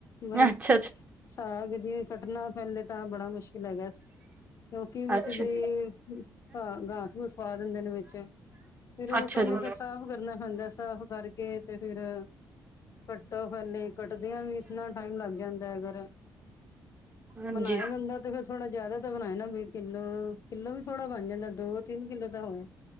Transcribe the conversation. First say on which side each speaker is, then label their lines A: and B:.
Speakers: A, on the left; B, on the right.
A: ਵਹੀ
B: ਅੱਛਾ ਅੱਛਾ
A: ਸਾਗ ਜੀ ਕੱਟਨਾ ਪੈਲੇ ਤਾ ਬੜਾ ਮੁਸ਼ਕਿਲ ਹੈਗੈ। ਕਿਉਂਕਿ ਵਿੱਚ
B: ਅੱਛਾ
A: ਬਈ ਘਾ ਗਾਸ ਗੂਸ ਪਾ ਦਿੰਦੇ ਨੇ ਵਿੱਚ ਫਿਰ ਓ
B: ਅੱਛਾ
A: ਫੇਨੇ
B: ਜੀ
A: ਤਾ ਸਾਫ਼ ਕਰਨਾ ਪੈਂਦੈ ਸਾਫ਼ ਕਰਕੇ ਤੇ ਫਿਰ ਕੱਟੋ ਪੈਲੇ ਕੱਟਦਿਆਂ ਵੀ ਇਤਨਾ ਟਾਈਮ ਲੱਗ ਜਾਂਦੈ ਅਗਰ
B: ਹਾਂਜੀ
A: ਮਨਾਏ ਬੰਦਾ ਤੇ ਫੇਰ ਥੋੜ੍ਹਾ ਜਿਆਦਾ ਤਾ ਬਨਾਏ ਨਾ ਵੀ ਕਿੱਲੋ ਕਿੱਲੋ ਵੀ ਥੋੜਾ ਬਨ ਜਾਂਦਾ ਦੋ ਤਿੰਨ ਕਿੱਲੋ ਤਾਂ ਹੋਏ।